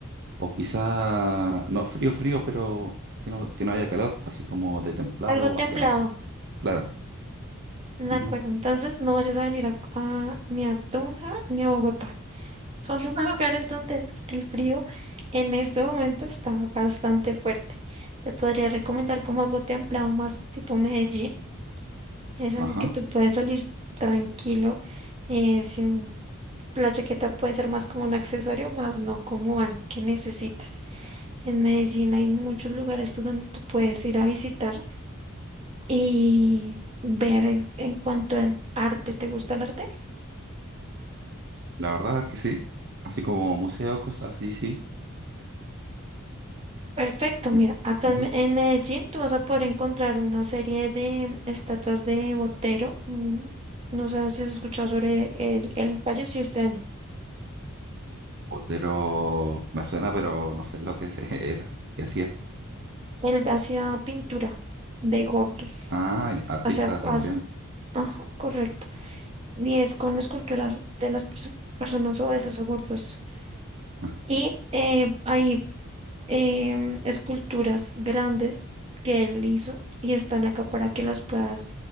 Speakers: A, on the right; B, on the right.
A: o quizá, no, frío, frío, pero que no, que no haya calor, así como de templado
B: algo templado.
A: hacia abajo. Claro.
B: De
A: Ujú.
B: acuerdo. Entonces, no vayas a venir a, a- ni a Tunja ni a Bogotá. Son dos <laughs> lugares donde el frío en este momento está bastante fuerte. Te podría recomendar como algo templado más tipo Medellín. Es algo
A: Ajá.
B: que tú puedes salir tranquilo, eh, sin la chaqueta puede ser más como un accesorio, más no como algo que necesites. En Medellín hay muchos lugares tú donde tú puedes ir a visitar y ver en, en cuanto al arte. ¿Te gusta el arte?
A: La verdad es que sí. Así como museos, cosas así, sí.
B: Perfecto, mira,
A: Mm.
B: acá
A: Ujú.
B: en, Me- en Medellín tú vas a poder encontrar una serie de estatuas de Botero. mm, No sé si has escuchado sobre él, él falleció este año.
A: Otero me suena, pero no sé lo que <laughs> era, que hacía.
B: Él hacía pintura de gordos,
A: Ah, ya, artista
B: o sea, f-
A: colombiano.
B: hace- ajá, correcto. Y es con esculturas de las pers- personas obesas o gordas.
A: Ah,
B: Y eh, hay em, esculturas grandes que él hizo y están acá para que las puedas